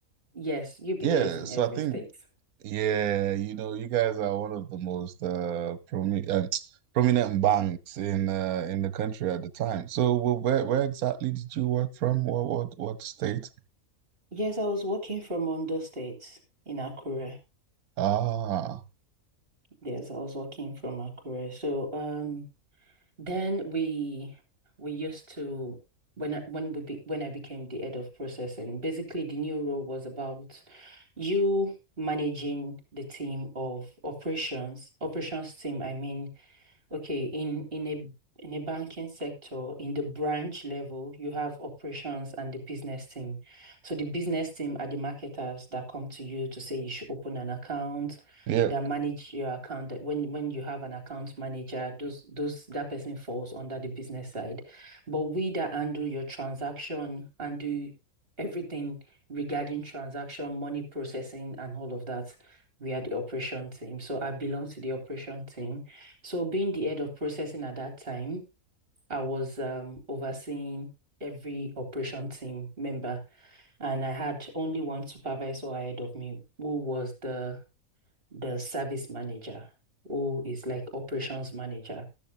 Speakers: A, on the right; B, on the right.
A: yes, UBA
B: Yeah.
A: is in
B: So
A: every
B: I think,
A: state.
B: yeah, you know, you guys are one of the most uh, promi uh <tsk> prominent banks in uh, in the country at the time. So wh- where, where exactly did you work from? What, what, what state?
A: Yes, I was working from Ondo State in Akure.
B: Ah,
A: Yes, I was working from Akure. So um. Then we we used to when I, when we be, when I became the head of processing, basically the new role was about you managing the team of operations, operations team, I mean Okay, in in a in a banking sector, in the branch level, you have operations and the business team. So the business team are the marketers that come to you to say you should open an account,
B: yeah.
A: that manage your account. That when when you have an account manager, those those that person falls under the business side. But we that handle your transaction and do everything regarding transaction, money processing, and all of that, we are the operation team. So I belong to the operation team. So being the head of processing at that time, I was um, overseeing every operation team member, and I had only one supervisor ahead of me, who was the the service manager, who is like operations manager.